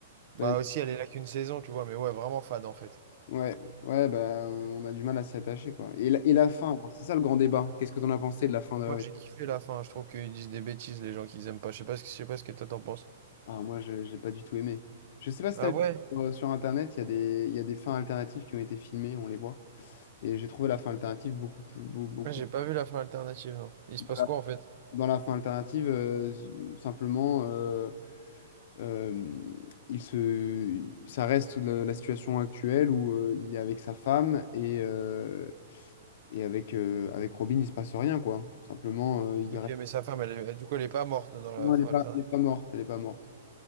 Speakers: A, on the right; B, on the left.
A: Bah
B: bah,
A: aussi, elle est là qu'une saison, tu vois, mais ouais, vraiment fade en fait.
B: ouais, ouais, bah, euh, on a du mal à s'y attacher, quoi. Et la, et la fin, alors, c'est ça le grand débat. Qu'est-ce que t'en as pensé de la fin d'Hawaii?
A: Moi, j'ai kiffé la fin. Je trouve qu'ils disent des bêtises, les gens qu'ils aiment pas. Je sais pas ce que, je sais pas ce que toi t'en penses.
B: Ah, moi, je j'ai pas du tout aimé. Je sais pas si
A: Ah
B: t'as
A: ouais?
B: vu sur, euh, sur Internet, il y a des, il y a des fins alternatives qui ont été filmées, on les voit. Et j'ai trouvé la fin alternative beaucoup plus. beau- Beaucoup,
A: Ouais, J'ai pas vu la fin alternative, non. Il se
B: Dans
A: passe
B: la
A: quoi en fait?
B: dans la fin alternative, euh, simplement. euh, Euh, il se, ça reste la, la situation actuelle où euh, il est avec sa femme et, euh, et avec, euh, avec Robin, il se passe rien, quoi. Simplement, euh, il
A: Ok,
B: reste...
A: mais sa femme, elle, est- du coup, elle est pas morte dans la
B: Non,
A: fin
B: elle n'est pas,
A: alternative.
B: elle est pas morte, elle est pas morte.